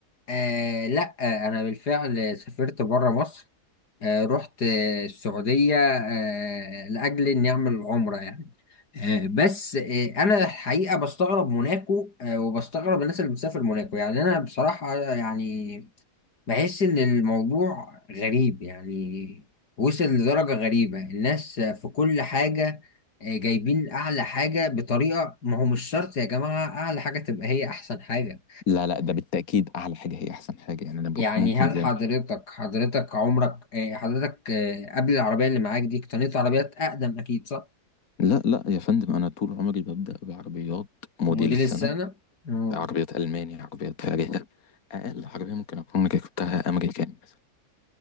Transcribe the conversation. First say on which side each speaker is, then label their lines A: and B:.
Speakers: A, on the left; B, on the left.
A: آه لا آه، انا بالفعل سافرت بره مصر آه، رحت آه، السعودية آه، لأجل إني أعمل عمرة يعني آه، بس آه، أنا الحقيقة بستغرب موناكو آه، وبستغرب الناس اللي بتسافر موناكو يعني أنا بصراحة آه، يعني بحس إن الموضوع غريب يعني وصل لدرجة غريبة الناس في كل حاجة آه، جايبين أعلى حاجة بطريقة ما هو مش شرط يا جماعة أعلى حاجة تبقى هي أحسن حاجة
B: لا لا ده بالتاكيد اعلى حاجه هي احسن حاجه يعني انا ب-
A: يعني
B: ممكن
A: هل
B: زي
A: حضرتك
B: ما-
A: حضرتك عمرك آه، حضرتك آه، قبل العربية اللي معاك دي اقتنيت عربيات أقدم أكيد صح؟
B: لا لا يا فندم انا طول عمري ببدا بعربيات موديل
A: موديل
B: السنه
A: السنة؟ مم.
B: عربيات الماني عربيات فارهه اقل عربيه ممكن اكون ركبتها امريكاني بس